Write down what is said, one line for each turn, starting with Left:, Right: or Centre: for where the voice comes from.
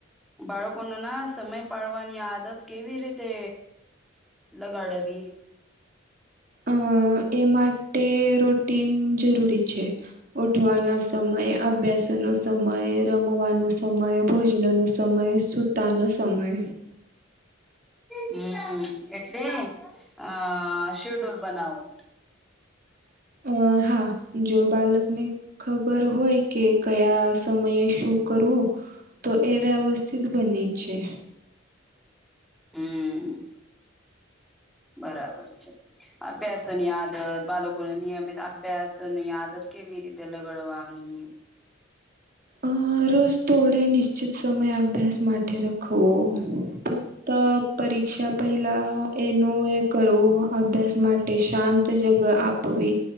Centre: બાળકોને ના સમય પાડવાની આદત કેવી રીતે લગાડેવી?
Right: અ એ માટે રુટીન જરૂરી છે. ઉઠવાનો સમય, અભ્યાસનો સમય, રમવાનો સમય, ભોજનનો સમ સમય, સુતાનો સમય
Centre: હમ એટલે આ શેડ્યલ બનાવવો.
Right: અ હા જો બાલકને ખબર હોય કે કયા સમયે શું કરવું? તો એ વ્યવસ્થિત બને છે.
Centre: હમ બરાબર છે. અભ્યાસની આદત બાળકોને નિયમિત અભ્યાસની આદત કેવી રીતે લગડવાની?
Right: અ રોજ થોડે નિશ્ચિત સમય અભ્યાસ માટે રખો. ફક્ત પરીક્ષા પહેલા એનું એ કરવું અભ્યાસ માટે શાંત જગ આપ વી